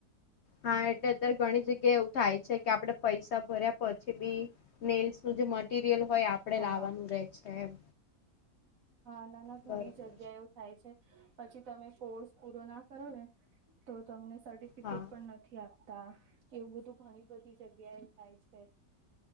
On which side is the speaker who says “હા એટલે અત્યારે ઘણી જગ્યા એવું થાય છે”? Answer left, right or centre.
Left